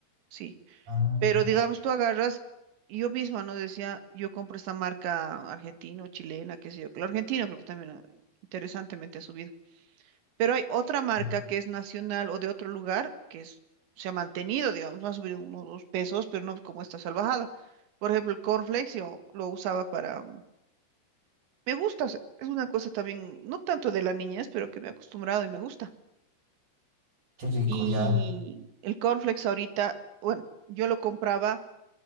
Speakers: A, on the right; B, on the right.
A: sí.
B: ah,
A: Pero
B: ya,
A: digamos, tú agarras, yo misma, ¿no? Decía, yo compro esta marca argentina o chilena, qué sé yo, que lo argentino creo que también ah, interesantemente ha subido. Pero hay otra marca
B: mm,
A: que es nacional o de otro lugar que es- se ha mantenido, digamos, no ha subido unos dos pesos, pero no como esta salvajada. Por ejemplo, el cornflakes yo lo usaba para... mm, Me gusta, o sea, es una cosa también, no tanto de la niñez, pero que me he acostumbrado y me gusta.
B: Qué rico,
A: Y
B: ya,
A: el cornflakes ahorita, bueno, yo lo compraba